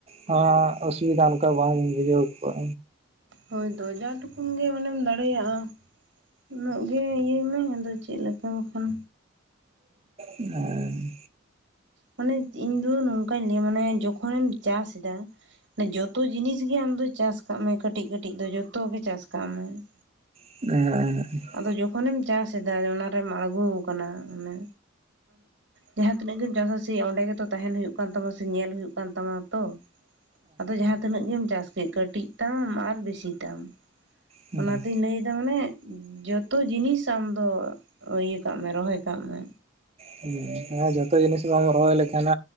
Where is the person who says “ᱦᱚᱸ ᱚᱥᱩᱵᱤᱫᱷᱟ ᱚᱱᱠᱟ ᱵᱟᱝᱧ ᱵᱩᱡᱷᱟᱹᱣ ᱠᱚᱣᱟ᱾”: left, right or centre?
Right